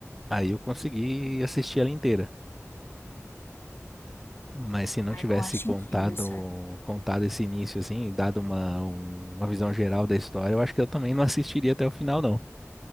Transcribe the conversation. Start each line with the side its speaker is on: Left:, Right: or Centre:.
Centre: Aí eu consegui assistir ela inteira. Mas se não
Left: Aí
Centre: tivesse
Left: Eu acho
Centre: contado,
Left: incrível isso. é.
Centre: contado esse início assim, dado uma, um- uma visão geral da história, eu acho que eu também não assistiria até o final, não.